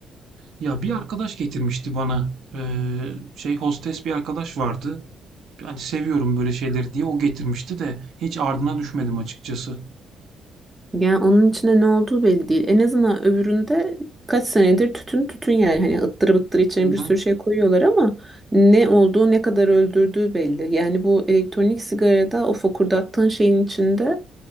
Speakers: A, on the right; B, on the right.
A: Ya bir arkadaş getirmişti bana eee, şey hostes bir arkadaş vardı. Hani seviyorum böyle şeyleri diye o getirmişti de hiç ardına düşmedim açıkçası.
B: Yani onun içinde ne olduğu belli değil. En azından öbüründe kaç senedir tütün tütün yani hani ıttırı bıttırı içine bir
A: Hı.
B: sürü şey koyuyorlar ama ne olduğu ne kadar öldürdüğü belli. Yani bu elektronik sigarada o fokurdattığın şeyin içinde